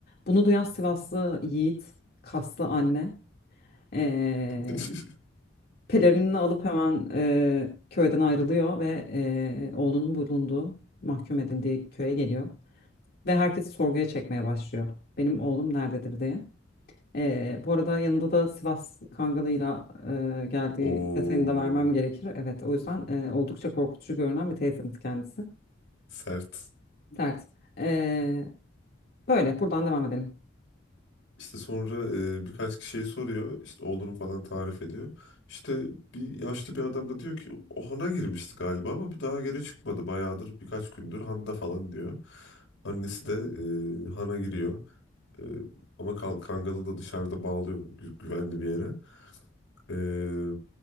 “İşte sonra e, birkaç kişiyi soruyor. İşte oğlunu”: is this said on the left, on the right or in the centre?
Left